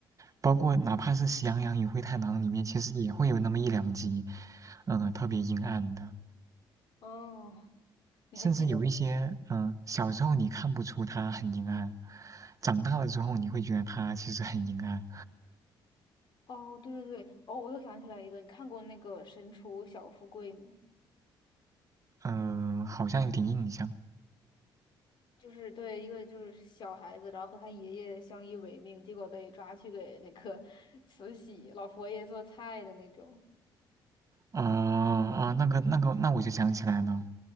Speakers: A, on the right; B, on the left.
A: 包括哪怕是《喜羊羊与灰太狼》里面，其实也会有那么一两集，嗯、特别阴暗的。
B: 哦。你还记得吗？
A: 甚至有一些，嗯、小时候你看不出它很阴暗，长大了之后你会觉得它其实很阴暗，
B: 哦，对对对，哦，我又想起来一个，你看过那个《神厨小富贵》吗？
A: 呃，好像有点印象。
B: 就是对一个就是小孩子，然后和他爷爷相依为命，结果被抓去给那个 <laughs> 慈禧老佛爷做菜的那种。
A: 啊、啊，那个那个，那我就想起来了，